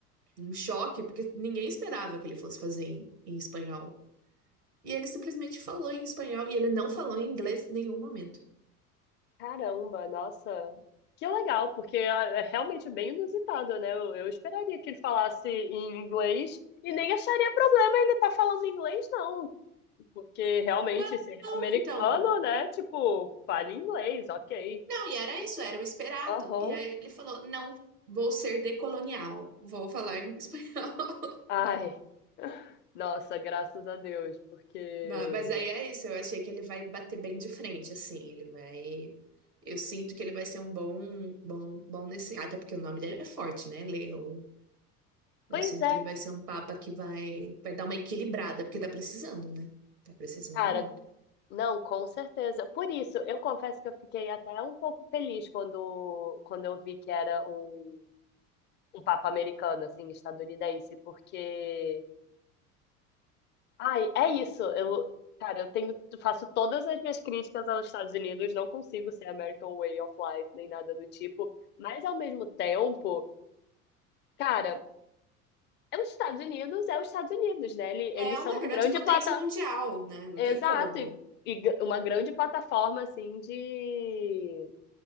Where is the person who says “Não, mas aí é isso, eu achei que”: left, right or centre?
Right